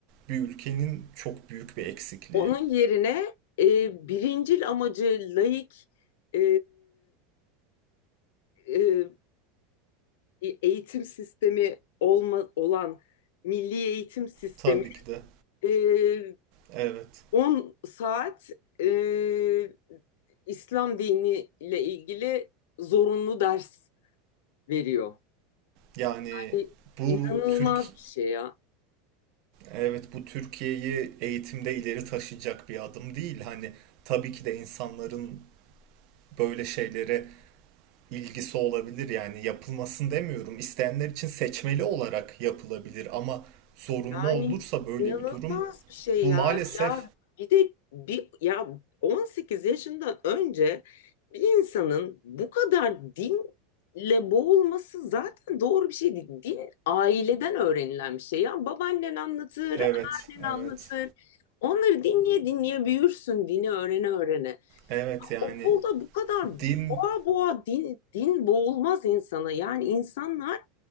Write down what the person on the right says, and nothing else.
bir ülkenin çok büyük bir eksikliği.
Tabii ki de.
Evet.
Yani
bu
Türk
evet bu Türkiye'yi eğitimde ileri taşıyacak bir adım değil. Hani tabii ki de insanların böyle şeylere ilgisi olabilir. Yani yapılmasın demiyorum. İsteyenler için seçmeli olarak yapılabilir ama zorunlu
olursa böyle
bir durum
Bu
maalesef
evet
evet
evet yani
din